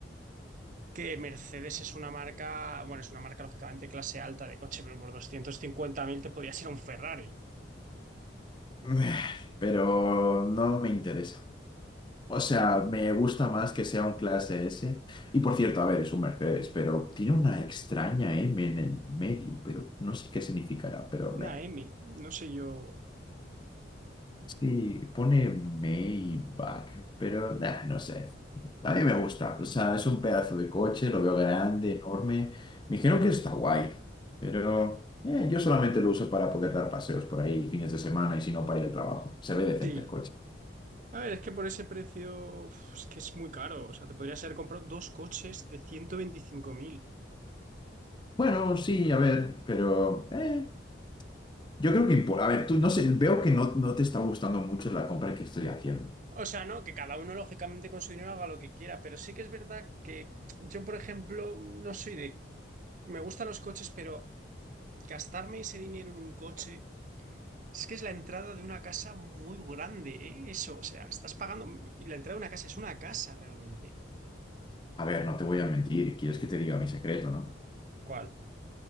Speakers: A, on the right (about 40°); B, on the left (about 25°).
A: que Mercedes es una marca, bueno, es una marca lógicamente clase alta de coche, pero por 250.000 te podía ser un Ferrari,
B: <sighs> pero no me interesa. O sea, me gusta más que sea un clase S. Y por cierto, a ver, es un Mercedes, pero tiene una extraña M en el medio, pero no sé qué significará, pero meh.
A: una M, no sé yo.
B: Sí, pone Maybach, pero nah, no sé. A mí me gusta. O sea, es un pedazo de coche, lo veo grande, enorme. Me dijeron que está guay, pero eh, yo solamente lo uso para poder dar paseos por ahí fines de semana y si no para ir al trabajo. Se ve decente
A: Sí,
B: el coche.
A: A ver, es que por ese precio, uf, es que es muy caro. O sea, te podrías haber comprado dos coches de 125.000.
B: Bueno, sí, a ver, pero eh, yo creo que importa. A ver, tú no sé, veo que no, no te está gustando mucho la compra que estoy haciendo.
A: O sea, no, que cada uno lógicamente con su dinero haga lo que quiera, pero sí que es verdad que yo, por ejemplo, no soy de... Me gustan los coches, pero gastarme ese dinero en un coche es que es la entrada de una casa muy grande, ¿eh? Eso, o sea, estás pagando... La entrada de una casa es una casa realmente.
B: A ver, no te voy a mentir, quieres que te diga mi secreto, ¿no?
A: ¿Cuál?